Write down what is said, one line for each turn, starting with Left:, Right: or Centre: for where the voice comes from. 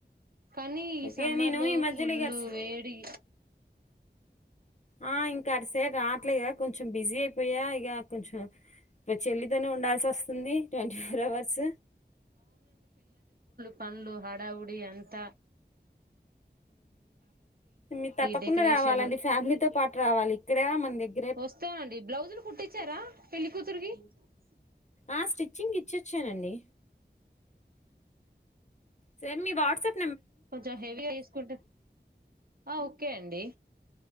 Right: కానీ ఈ
Left: ఓకే
Right: సమ్మర్
Left: నేను
Right: లో
Left: ఈ మధ్యలో
Right: ఫుల్లు
Left: ఇక అటు సై-
Right: వేడి
Left: ఆ ఇంకా అట్ సేడ్ రాట్లే కదా కొంచెం బిజీ అయిపోయా ఇక కొంచెం చెల్లితోనే ఉండాల్సి వస్తుంది ట్వంటీ ఫోర్ అవర్స్
Right: పండ్లు హడావుడి అంత
Left: మీ తప్పకుండా
Right: డెకరేషన్
Left: రావాలండి ఫ్యామిలీతో పాటు రావాలి ఇక్కడే మన దగ్గరే
Right: వస్తానండి బ్లౌజులు కుట్టించారా పెళ్లికతురికి థ్యాంయూ
Left: ఆ స్టిచ్చింగ్ ఇచ్చొచ్చానండి స మీ వాట్సప్
Right: కొంచెం హెవీగా వేసుకుంటే ఓకే అండి